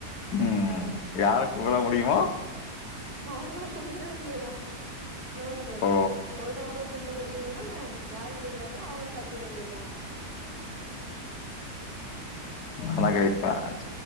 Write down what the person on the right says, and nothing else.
அவுங்கள கும்மிர வேண்டியதா னோண்ணு வருது
சொல்ற அவங்களுக்கு கும்ப முடியலனா இல்ல யாரு கெடைக்கிறாங்களோ அவங்க சாத்திட வேண்டியதுதா